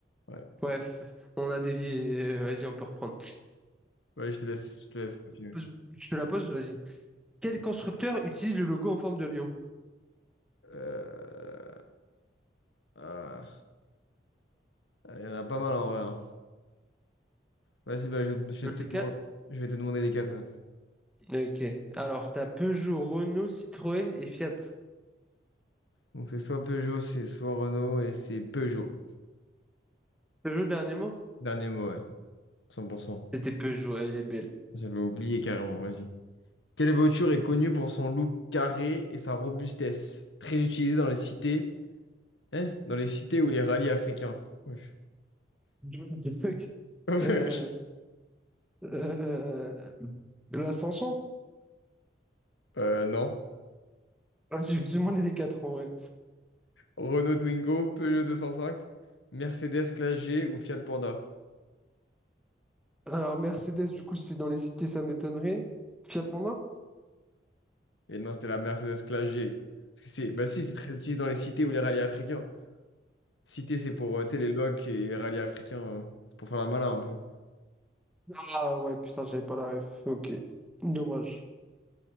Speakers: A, on the left (about 85°); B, in the centre.
A: Ouais.
B: Bref, on a dévié. euh, Vas-y, on peut reprendre.
A: Ouais, je te laisse, je te laisse continuer.
B: Pose- Je te la pose, vas-y. Quel constructeur utilise le logo en forme de lion?
A: Euh, ah, Il y en a pas mal en vrai. hein. Vas-y, bah, je, je te
B: Les quatre?
A: demande... je vais te demander les quatre. ouais.
B: Ok. Alors, t'as Peugeot, Renault, Citroën et Fiat.
A: Donc, c'est soit Peugeot, c'est soit Renault et c'est Peugeot.
B: Peugeot, dernier mot?
A: Dernier mot, ouais. 100%.
B: C'était Peugeot, elle est belle.
A: J'avais oublié carrément, vas-y. Quelle voiture est connue pour son look carré et sa robustesse? Très utilisée dans les cités Eh, dans les cités ou les rallyes africains. Wesh.
B: What the fuck?
A: <laughs>
B: Euh, euh, l'ascension?
A: Euh, non.
B: Ah, si, je me suis demandé les quatre en vrai.
A: Renault Twingo, Peugeot 205, Mercedes Classe G ou Fiat Panda.
B: Alors, Mercedes, du coup, c'est dans les cités, ça m'étonnerait. Fiat Panda?
A: Et non, c'était la Mercedes Classe G. Parce que c'est, bah si, c'est très utilisé dans les cités ou les rallyes africains. Cité, c'est pour, euh, tu sais, les locs et les rallyes africains, euh, c'est pour faire la malin un peu.
B: Ah ouais, putain, j'avais pas la ref. Ok. Dommage.